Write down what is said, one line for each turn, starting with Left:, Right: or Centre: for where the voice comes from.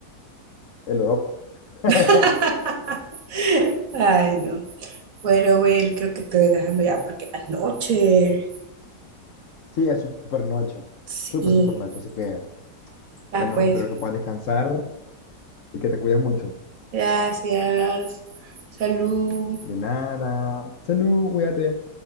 Left: el oroco. <laughs>
Right: <laughs> Ay, no. Bueno, Will, creo que te voy dejando ya porque es noche.
Left: Sí, es súper noche.
Right: Sí.
Left: Súper, súper noche. Así que,
Right: Va,
Left: bueno,
Right: pues.
Left: espero que puedas descansar y que te cuides mucho.
Right: Gracias. Salud.
Left: De nada. Salud, cuídate.